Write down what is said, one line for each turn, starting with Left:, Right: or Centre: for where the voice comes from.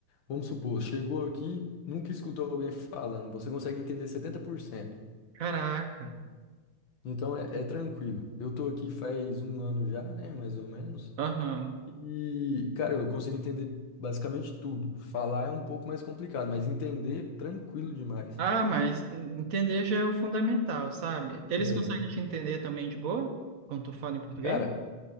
Left: vamos supor, chegou aqui, nunca escutou alguém falando, você consegue entender 70%.
Right: Caraca.
Left: Então é, é tranquilo. Eu tô aqui faz um ano já, né, mais ou menos,
Right: Aham.
Left: e, cara, eu consigo entender basicamente tudo. Falar é um pouco mais complicado, mas entender, tranquilo demais.
Right: Ah, mas entender já é o fundamental, sabe? Eles
Left: É.
Right: conseguem te entender também de boa? Quando tu fala em português?
Left: Cara,